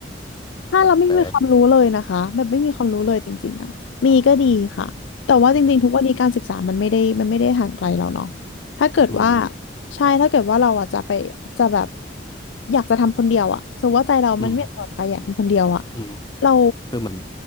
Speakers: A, on the left; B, on the left.
A: ถ้าเราไม่มีความรู้เลยนะคะแบบไม่มีความรู้เลยจริงๆอ่ะมีก็ดีค่ะแต่ว่าจริงๆทุกวันนี้การศึกษามันไม่ได้มันไม่ได้ห่างไกลเราเนาะ
B: แต่แต่อืมอืมอืมก็ดี
A: ถ้าเกิดว่า
B: อืม
A: ใช่ถ้าเกิดว่าเราอ่ะจะไปจะแบบอยากจะทำคนเดียวอ่ะสมมติว่าใจเรามันไม่อยากออกไปอยากทำคนเดียวอ่ะ
B: อืมอืม
A: เรา
B: คือมัน